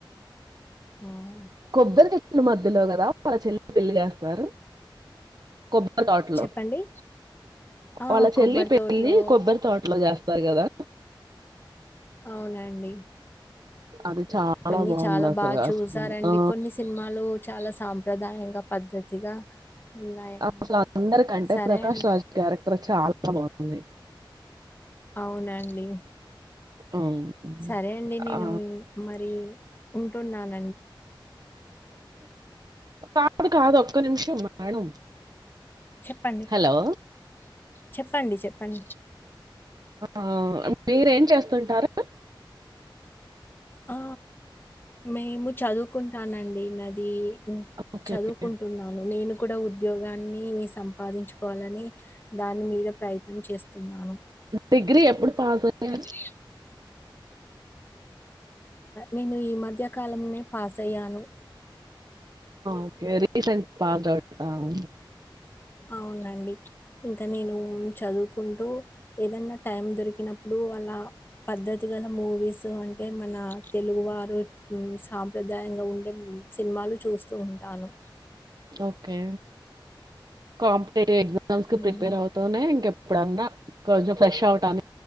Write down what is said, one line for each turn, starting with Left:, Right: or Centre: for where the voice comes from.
Left: అవును
Right: కొబ్బరి చెట్లు మధ్యలో కదా వాళ్ళ చెల్లి పెళ్లి చేస్తారు కొబ్బరి కొబ్బరి తోటలో
Left: చెప్పండి ఆ
Right: వాళ్ళ
Left: కొబ్బరి
Right: చెల్లి పెళ్లి
Left: తోటలో
Right: కొబ్బరి తోటలో చేస్తారు కదా
Left: అవునండి
Right: అది చాలా
Left: అన్ని
Right: బాగుంది
Left: చాలా
Right: అసలు
Left: బాగా
Right: అసలు
Left: చూసారండి
Right: ఆ,
Left: కొన్ని సినిమాలు చాలా సాంగ్స్ ప్రధానంగా పద్ధతిగా ఉన్నాయండి
Right: అసలు అందరికంటే
Left: సరే
Right: ప్రకాష్
Left: అండి
Right: రాజ్ క్యారెక్టర్ చాలా బాగుంది
Left: అవునండి
Right: ఉమ్.
Left: సరే అండి నేను
Right: ఆ,
Left: మరి ఉంటున్నాను
Right: కాదు కాదు ఒక్క నిమిషం మేడం
Left: చెప్పండి
Right: హలో
Left: చెప్పండి చెప్పండి
Right: ఆ మీరు ఏం చేస్తుంటారు
Left: ఆ! మేము చదువుకుంటానండి అది
Right: ఓకే
Left: చదువుకుంటున్నాను
Right: ఓకే
Left: నేను కూడా ఉద్యోగాన్ని సంపాదించుకోవాలని దాని మీద ప్రయత్నం చేస్తున్నాను
Right: డిగ్రీ ఎప్పుడు పాస్ అయ్యారు
Left: డిగ్రీ నేను ఈ మధ్య కాలంలోనే పాస్ అయ్యాను
Right: ఓకే రీసెంట్ పాస్ అవుట్
Left: అవునండి ఇంకా నేను చదువుకుంటూ ఏదన్నా టైం దొరికినప్పుడు వాళ్ళ పద్ధతి గల మూవీస్ అంటే అంటే మన తెలుగు వారు సాంప్రదాయంగా ఉండే సినిమాలు చూస్తూంట ఆను
Right: ఓకే క్యాంపు ఎగ్జామ్ ఎగ్జామ్ కు
Left: ఉమ్.
Right: ప్రిపేర్ అవుతూనే ఇంకెప్పుడన్నా కొంచెం ఫ్రెష్ అవటానికి